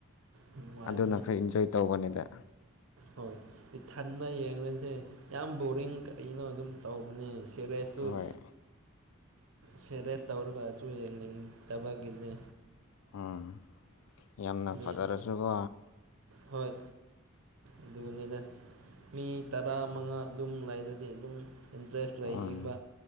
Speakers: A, on the right; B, on the left.
A: ꯅꯨꯡꯉꯥꯏꯕꯅꯦ
B: ꯑꯗꯨꯅ ꯈꯥꯔ ꯏꯟꯖꯣꯏ ꯇꯧꯕꯅꯤꯗ꯫
A: ꯍꯣꯏ ꯏꯊꯟꯕ ꯌꯦꯡꯕꯁꯦ ꯌꯥꯝ ꯕꯣꯔꯤꯡ ꯀꯔꯤꯅꯣ ꯑꯗꯨꯝ ꯇꯧꯕꯅꯦ꯫ ꯁꯦꯔꯦꯁꯇꯨꯠ
B: ꯍꯣꯏ
A: ꯁꯦꯔꯦꯁ ꯇꯧꯔꯒꯁꯨ ꯌꯦꯡꯅꯤꯡꯗꯕꯒꯤꯅꯦ
B: ꯎꯝ ꯌꯥꯝꯅ
A: ꯃꯤ
B: ꯐꯥꯖꯔꯁꯨꯀꯣ
A: ꯍꯣꯏ ꯑꯗꯨꯅꯤꯗ ꯃꯤ ꯇꯔꯥ ꯃꯉꯥ ꯑꯗꯨꯝ ꯂꯩꯔꯗꯤ ꯑꯗꯨꯝ ꯏꯟꯇꯔꯦꯁ
B: ꯎꯝ
A: ꯂꯩꯕ